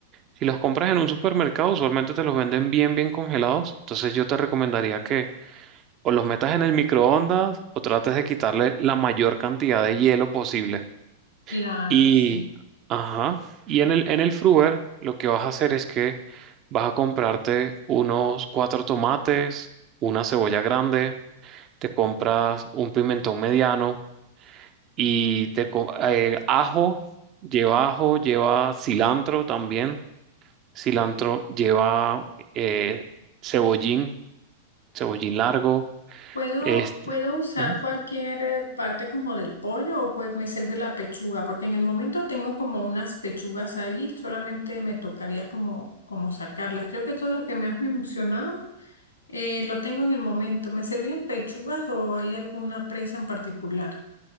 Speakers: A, on the right; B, on the left.
A: Si los compras en un supermercado, usualmente te los venden bien, bien congelados. Entonces yo te recomendaría que o los metas en el microondas o trates de quitarle la mayor cantidad de hielo posible.
B: claro,
A: Y,
B: sí.
A: ajá, y en el, en el Fruver lo que vas a hacer es que vas a comprarte unos cuatro tomates, una cebolla grande, te compras un pimentón mediano y te co- eh, ajo, lleva ajo, lleva cilantro también, cilantro lleva eh, cebollín, cebollín largo,
B: ¿Puedo,
A: este,
B: puedo usar
A: ujú.
B: cualquier eh, parte como del pollo o pues me sirve la pechuga? Porque en el momento tengo como unas pechugas ahí, solamente me tocaría como, como sacarlas. Creo que todo lo que me has mencionado eh, lo tengo en el momento. ¿Me servían pechugas o hay alguna presa en particular?